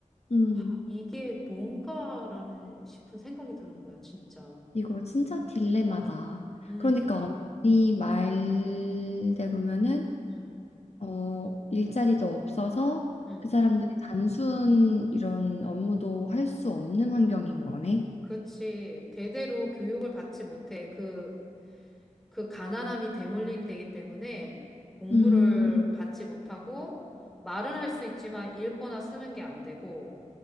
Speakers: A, on the left (about 55°); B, in the centre.
A: 음,
B: 아, 이게 뭔가라는 싶은 생각이 드는 거야, 진짜.
A: 이거 진짜 딜레마다.
B: 음,
A: 그러니까 언니 말대로면은
B: 음,
A: 어, 일자리도 없어서
B: 음.
A: 그 사람들이 단순 이런 업무도 할 수 없는 환경인 거네.
B: 그렇지. 대대로 교육을 받지 못해. 그, 그 가난함이 대물림 되기 때문에 공부를
A: 음,
B: 받지 못하고 말은 할 수 있지만 읽거나 쓰는 게 안 되고